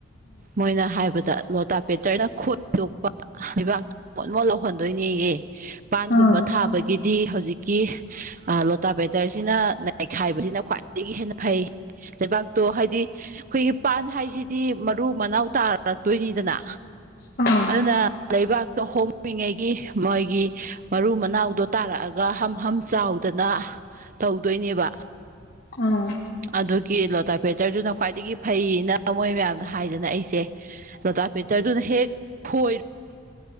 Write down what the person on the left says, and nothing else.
ꯎꯝ
ꯑ
ꯑꯥ